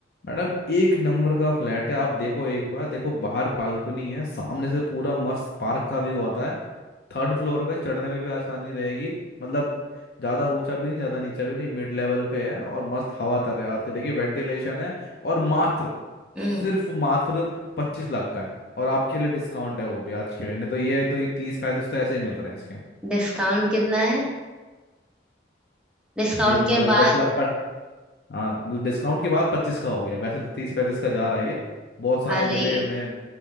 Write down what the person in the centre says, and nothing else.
हम्म
डिस्काउंट कितना है डिस्काउंट
के बाद
अरे